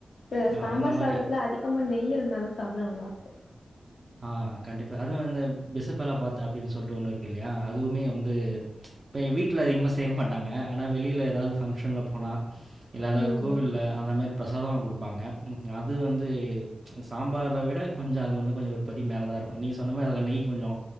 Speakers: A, on the left; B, on the right.
A: இந்த
B: அ
A: சாம்பார்
B: அந்த மாரி.
A: சாதத்துல அதிகமா நெய் இருந்தாதா சாப்பிட நல்லா இருக்கும்
B: ஆ கண்டிப்பா அதுவும் அந்த பிசபலாபாத் அப்படின்னு சொல்லிட்டு ஒன்னு இருக்கு இல்லையா அதுவுமே வந்து இப்போ வீட்டில்ல அதிகமா செய்ய மாட்டாங்க ஆனா வெளியில்லஏதாவது ஃபங்க்ஷனில் போனா இல்ல எதாவது
A: ம்
B: கோவிலில்
A: ம்
B: அந்த மாதிரி பிரசாதமாக கொடுப்பாங்க அது வந்து சாம்பார விட கொஞ்சம் இன்னும் கொஞ்சம் ஒரு படி மேலே தா இருக்கும் நீங்க சொன்ன மாறி அதில் நெய் கொஞ்சம்